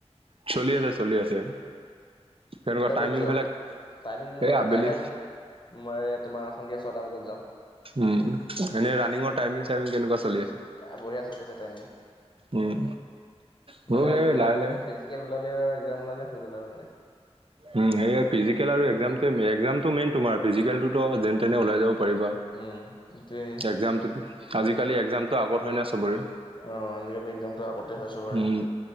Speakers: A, on the right; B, on the left.
A: চলি আছে চলি আছে। তেনেকুৱা
B: কেইটা
A: টাইমিং
B: বজাত যোৱা
A: বিলাক
B: টাইমিং মোৰ
A: এই আবেলি
B: এটাই টাইমিং, মই তোমাৰ সন্ধিয়া ছয়টা বজাত যাওঁ।
A: উম এনেই ৰানিঙৰ টাইমিং চাইমিং কেনেকুৱা চলি আছে।
B: বঢ়িয়া চলি আছে টাইমি
A: উম মোৰো
B: মানে
A: সেই
B: এক ল
A: লাহে লাহে
B: ওলালে আৰু এক্সাম ওলালে হৈ গ'ল আৰু মানে।
A: উ সেয়ে ফিজিকেল আৰু এক্সজামটো এক্সজামটো মেইন তোমাৰ ফিজিকেলটো যেন তেনে ওলাই যাব পাৰিবা।
B: উম, এইটোয়ে
A: এক্সজাম আজিকালি এক্সজামতটো আগত হয় ন চবৰে।
B: অ' আজিকালি এক্জামটো আগতে হয় চবৰে।
A: উম,